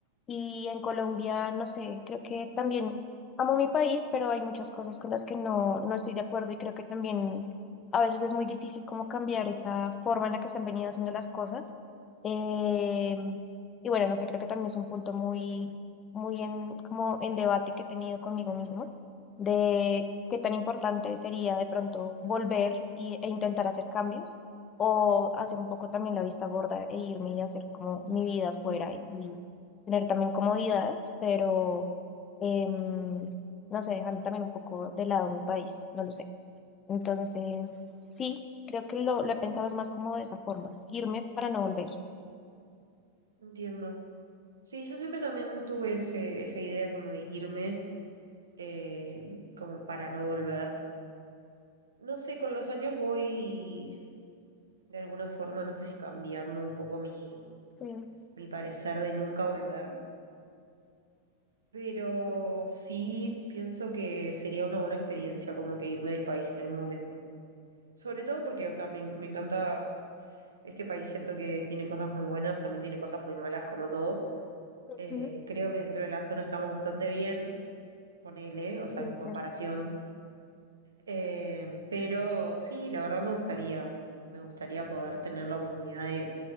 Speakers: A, on the left (about 25°); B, on the right (about 70°).
A: Y en Colombia, no sé, creo que también amo mi país, pero hay muchas cosas con las que no, no estoy de acuerdo y creo que también a veces es muy difícil como cambiar esa forma en la que se han venido haciendo las cosas. Eh, y bueno, no sé, creo que también es un punto muy, muy en, como en debate que he tenido conmigo mismo de qué tan importante sería de pronto volver y- e intentar hacer cambios o hacer un poco también la vista gorda e irme y hacer como mi vida afuera y tener también comodidades, pero em, no sé, dejando también un poco de lado mi país, no lo sé. Entonces, sí, creo que lo, lo he pensado es más como de esa forma, irme para no volver.
B: entiendo. Sí, yo siempre también tuve ese, esa idea como de irme, eh, como para no volver. No sé, con los años voy de alguna forma, no sé si cambiando un poco mi,
A: Sí,
B: mi parecer de nunca volver, pero sí pienso que sería una buena experiencia como que irme del país en algún momento. Sobre todo porque, o sea, me, me encanta este país, siento que tiene cosas muy buenas, también tiene cosas muy malas como todo.
A: ujú,
B: Eh, creo que dentro de la zona estamos bastante bien, ponele, o sea,
A: sí, es
B: en comparación.
A: cierto.
B: Eh, pero sí, la verdad me gustaría, me gustaría poder tener la oportunidad de,